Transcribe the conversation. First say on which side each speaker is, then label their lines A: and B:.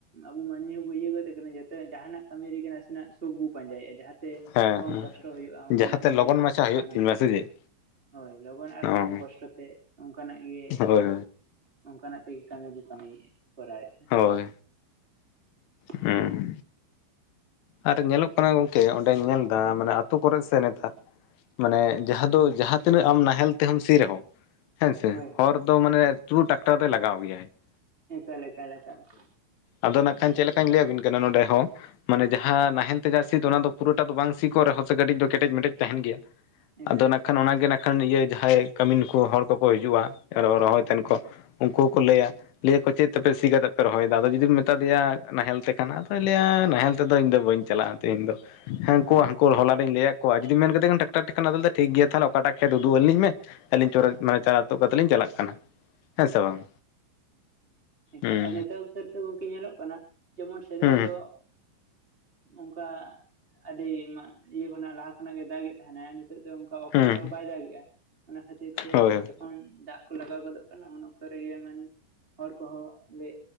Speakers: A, on the right (about 15°); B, on the left (about 80°).
A: ᱟᱵᱚ ᱢᱟᱹᱱᱢᱤ ᱦᱚᱸᱵᱚ ᱤᱭᱟᱹ ᱜᱚᱫ ᱠᱟᱱᱟ ᱡᱟᱛᱮ ᱡᱟᱦᱟᱱᱟᱜ ᱠᱟᱹᱢᱤ ᱨᱮᱜᱮ ᱱᱟᱥᱮᱱᱟᱜ ᱥᱩᱠ ᱵᱚ ᱯᱟᱸᱡᱟᱭᱮᱫᱼᱟ ᱡᱟᱦᱟᱸ ᱛᱮ
B: ᱦᱮᱸ
A: ᱠᱚᱢ
B: ᱦᱮᱸ
A: ᱠᱚᱥᱴᱚ ᱦᱩᱭᱩᱜᱼᱟ ᱚᱱᱠᱟᱱᱟᱜ
B: ᱡᱟᱦᱟᱸᱛᱮ
A: ᱜᱮᱵᱚ
B: ᱞᱚᱜᱚᱱ ᱢᱟᱪᱷᱟ ᱦᱩᱭᱩᱜ
A: ᱠᱟᱹᱢᱤ
B: ᱛᱤᱧ ᱢᱟ ᱥᱮ ᱪᱮᱫ
A: ᱦᱳᱭ ᱞᱚᱜᱚᱱ ᱟᱨ
B: ᱦᱳᱭ
A: ᱠᱚᱢ ᱠᱚᱥᱴᱚ ᱛᱮ ᱚᱱᱠᱟᱱᱟᱜ ᱜᱮ
B: ᱦᱳᱭ
A: ᱵᱚ ᱚᱱᱠᱟᱱᱟᱜ ᱛᱮᱜᱮ ᱠᱟᱹᱢᱤ ᱵᱚ ᱠᱟᱹᱢᱤ ᱠᱚᱨᱟᱣᱮᱫ ᱾
B: ᱦᱳᱭ
A: <unintelligible>
B: ᱦᱩᱸ ᱟᱨ ᱧᱮᱞᱚᱜ ᱠᱟᱱᱟ ᱜᱚᱝᱠᱮ ᱚᱸᱰᱮᱧ ᱧᱮᱞ ᱮᱫᱟ ᱢᱟᱱᱮ ᱟᱹᱛᱳ ᱠᱚᱨᱮᱜ ᱥᱮ ᱱᱮᱛᱟᱨ ᱢᱟᱱᱮ ᱡᱟᱦᱟᱸ ᱫᱚ ᱡᱟᱦᱟᱸ ᱛᱤᱱᱟᱹᱜ ᱟᱢ ᱱᱟᱦᱮᱞ ᱛᱮᱦᱚᱢ ᱥᱤ ᱨᱮᱦᱚᱸ ᱦᱮᱸᱥᱮ
A: ᱦᱳᱭ ᱦᱳᱭ
B: ᱦᱚᱨ ᱫᱚ ᱢᱟᱱᱮ ᱛᱩᱨᱩ ᱴᱟᱠᱴᱟᱨ ᱫᱚᱭ ᱞᱟᱜᱟᱣ ᱜᱮᱭᱟᱭ ᱾
A: ᱮᱠᱟᱞ ᱮᱠᱟᱞ ᱮᱠᱟᱞ ᱾
B: ᱟᱫᱚ ᱱᱟᱜ ᱠᱷᱟᱱ ᱪᱮᱫ ᱞᱮᱠᱟᱧ ᱞᱟᱹᱭ ᱟᱵᱤᱱ ᱠᱟᱱᱟ ᱱᱚᱸᱰᱮ ᱦᱚᱸ ᱢᱟᱱᱮ ᱡᱟᱦᱟ ᱱᱟᱦᱮᱞ ᱛᱮ ᱡᱟᱦᱟ ᱥᱤᱜ ᱫᱚ ᱚᱱᱟ ᱫᱚ ᱯᱩᱨᱟᱹ ᱴᱟᱜ ᱫᱚ ᱵᱟᱝ ᱥᱤᱠᱚᱜ ᱨᱮᱦᱚᱸ ᱥᱮ ᱠᱟᱹᱴᱤᱡ ᱫᱚ ᱠᱮᱴᱮᱡ ᱢᱮᱴᱮᱡ ᱫᱚ ᱛᱟᱦᱮᱱ ᱜᱮᱭᱟ᱾
A: ᱮᱠᱟᱞ
B: ᱟᱫᱚ
A: ᱮᱠᱟᱞ
B: ᱱᱟᱜ ᱠᱷᱟᱱ ᱚᱱᱟ ᱜᱮ ᱱᱟᱜ ᱠᱷᱟᱱ ᱤᱭᱟᱹ ᱡᱟᱦᱟᱭ ᱠᱟᱹᱢᱤᱱ ᱠᱚ ᱦᱚᱲ ᱠᱚᱠᱚ ᱦᱤᱡᱩᱜ-ᱟ ᱨᱚᱦᱚᱭ ᱛᱟᱦᱮᱱ ᱠᱚ᱾ ᱩᱱᱠᱩ ᱦᱚᱸᱠᱚ ᱞᱟᱹᱭ-ᱟ᱾ ᱞᱟᱹᱭ ᱟᱠᱚ ᱪᱮᱫ ᱛᱟᱯᱮ ᱥᱤ ᱠᱟᱛᱮ ᱯᱮ ᱨᱚᱦᱚᱭ ᱫᱟ ᱟᱫᱚ ᱡᱩᱫᱤ ᱢᱮᱛᱟ ᱫᱮᱭᱟ ᱱᱟᱦᱮᱞ ᱛᱮ ᱠᱟᱱ ᱟᱫᱚᱭ ᱞᱟᱹᱭ-ᱟ ᱱᱟᱦᱮᱞ ᱛᱮᱫᱚ ᱤᱧ ᱫᱚ ᱵᱟᱹᱧ ᱪᱟᱞᱟᱜ-ᱟ᱾ ᱛᱮᱦᱮᱧ ᱫᱚ ᱦᱟᱱᱠᱩ,
A: ᱦᱳᱭ
B: ᱦᱟᱱᱠᱩ
A: ᱦᱳᱭ
B: ᱦᱚᱞᱟ ᱨᱤᱧ ᱞᱟᱹᱭ ᱟᱫ ᱠᱚᱣᱟ ᱡᱩᱫᱤ ᱢᱮᱱ ᱠᱮᱫᱮ ᱠᱷᱟᱱ ᱴᱟᱠᱴᱟᱨ ᱛᱮᱠᱷᱟᱱ ᱚᱫᱟ ᱞᱟᱹᱭ ᱴᱷᱤᱠ ᱜᱮᱭᱟ ᱛᱟᱦᱞᱮ ᱚᱠᱟ ᱴᱟᱜ ᱠᱷᱮᱛ ᱩᱫᱩᱜ ᱟᱹᱞᱤᱧ ᱢᱮ᱾ ᱟᱹᱞᱤᱧ ᱪᱚᱨᱟ ᱢᱟᱱᱮ ᱪᱟᱨᱟ ᱛᱩᱜ ᱠᱟᱛᱮᱜ ᱞᱤᱧ ᱪᱟᱞᱟᱜ ᱠᱟᱱᱟ ᱦᱮᱸ ᱥᱮ ᱵᱟᱝ᱾
A: ᱱᱮᱛᱟᱨ
B: ᱦᱩᱸ
A: ᱟᱨ ᱱᱮᱛᱟᱨ ᱚᱠᱛᱚ ᱨᱮᱫᱚ ᱜᱚᱝᱠᱮ ᱧᱮᱞᱚᱜ ᱠᱟᱱᱟ᱾ ᱡᱮᱢᱚᱱ ᱥᱮᱫᱟᱭ
B: ᱦᱩᱸ
A: ᱫᱚ ᱚᱱᱠᱟ ᱟᱹᱰᱤ ᱤᱭᱟᱹ ᱠᱷᱚᱱᱟᱜ ᱞᱟᱦᱟ ᱠᱷᱚᱱᱟᱜ ᱜᱮ ᱫᱟᱜ ᱜᱮᱜ ᱛᱟᱦᱮᱱᱟ ᱟᱨ ᱱᱤᱛᱚᱜ ᱫᱚ ᱚᱱᱠᱟ ᱚᱠᱛᱚ
B: ᱦᱩᱸ
A: ᱨᱮᱦᱚᱸ ᱵᱟᱭ ᱫᱟᱜ ᱮᱜᱼᱟ ᱚᱱᱟ ᱠᱷᱟᱹᱛᱤᱨ ᱛᱮ
B: ᱦᱳᱭ ᱦᱳᱭ
A: ᱡᱚᱠᱷᱚᱱ ᱫᱟᱜ ᱠᱚ ᱞᱟᱜᱟᱣ ᱜᱚᱫᱚᱜ ᱠᱟᱱᱟ ᱩᱱ ᱚᱠᱛᱚ ᱨᱮᱜᱮ ᱢᱮᱱ ᱠᱚᱦᱚᱸ ᱞᱮ